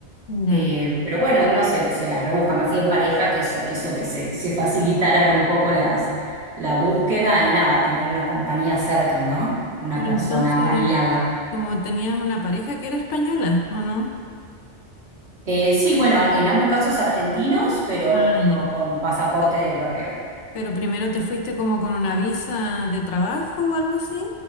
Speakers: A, on the left; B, on the right.
A: Ya.
B: eh, pero bueno, uno se, se las rebusca. Me fui en pareja, que eso hizo que se, se facilitaran un poco las, la búsqueda y nada, tener una compañía cerca, ¿no? Una
A: Pero
B: persona
A: entonces,
B: aliada.
A: como tenías una pareja que era española, ¿o no?
B: Eh, sí, bueno, en ambos casos argentinos, pero
A: Ah, ya.
B: con pasaporte de europeo.
A: Pero primero te fuiste como con una visa de trabajo o algo así,